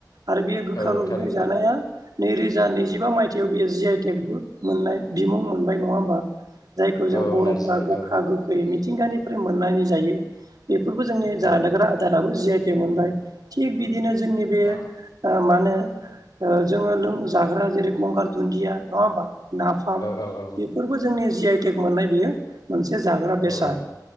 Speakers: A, on the right; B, on the left.
A: आरो बेयो गोखा
B: औ औ
A: गो
B: थारैनो
A: गोखै जानाया नैरो जा नैजिबा मायथाइयाव बियो जि आइ टेकबो मोननाय बिमुं मोनबाय नङा होमबा? जायखौ जों
B: औ
A: बर'फ्रा
B: नारजिया
A: गोखा
B: औ
A: गोखै मिथिंगानिफ्राय मोननानै जायो। बेफोरबो जोंनि जानोग्रा
B: औ
A: आदाराबो जि आइ टेग मोनबाय थिग बिदिनो जोंनि बे
B: औ
A: ओ मा होनो जोङो लों जाग्रा जेरै गंगार दुन्दिया नङा होमबा नाफाम
B: औ औ
A: बेफोरबो जोंनि जि आइटेक मोननाय बेयो मोनसे जाग्रा बेसाद
B: औ